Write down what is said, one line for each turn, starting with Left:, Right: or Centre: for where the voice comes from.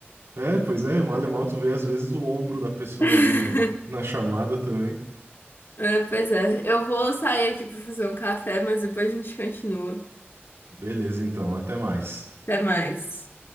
Right: É, pois é, mal e mal tu vê às vezes o ombro da pessoa
Left: <laughs>
Right: ali na, na chamada também.
Left: É, pois é. Eu vou sair aqui pra fazer um café, mas depois a gente continua.
Right: Beleza, então, até mais.
Left: Até mais.